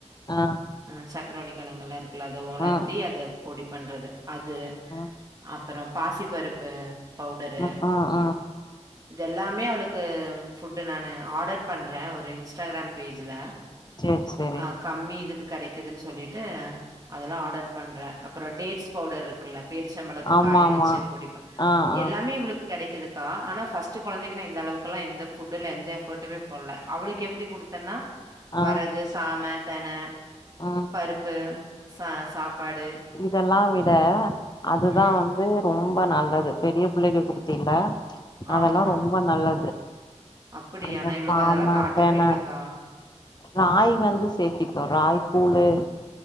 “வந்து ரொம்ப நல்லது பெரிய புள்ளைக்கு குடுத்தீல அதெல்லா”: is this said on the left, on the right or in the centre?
Left